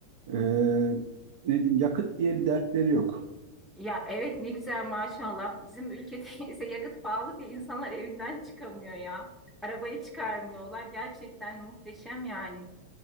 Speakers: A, on the right; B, in the centre.
A: e, ne diyeyim yakıt diye bir dertleri yok.
B: Ya evet ne güzel maşallah. Bizim ülkede <laughs> ise yakıt pahalı diye insanlar evinden çıkamıyor ya. Arabayı çıkarmıyorlar. Gerçekten muhteşem yani.